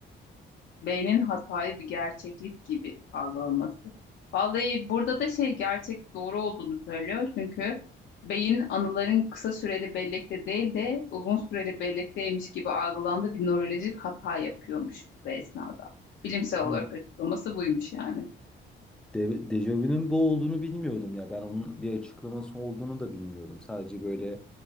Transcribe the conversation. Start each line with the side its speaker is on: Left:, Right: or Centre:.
Left: Beynin hatayı bir gerçeklik gibi algılaması. Vallahi burada da şey gerçek doğru olduğunu söylüyor. Çünkü beyin anıların kısa süreli bellekte değil de uzun süreli bellekteymiş gibi algılandığı bir nörolojik hata yapıyormuş bu esnada. Bilimsel olarak
Centre: Hı.
Left: açıklaması buymuş yani.
Centre: De Dejavu'nun bu olduğunu bilmiyordum ya. Ben onun bir açıklaması olduğunu da bilmiyordum. Sadece böyle